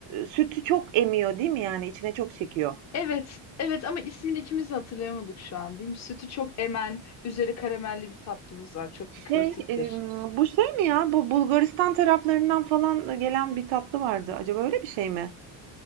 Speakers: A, on the right (about 70°); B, on the left (about 35°).
A: sütü çok emiyor değil mi yani içine çok çekiyor?
B: Evet, evet ama ismini ikimiz de hatırlayamadık şu an değil mi? Sütü çok emen, üzeri karamelli bir tatlımız var. Çok
A: Şey,
B: da klasiktir.
A: em, bu şey mi ya? Bu Bulgaristan taraflarından falan gelen bir tatlı vardı. Acaba öyle bir şey mi?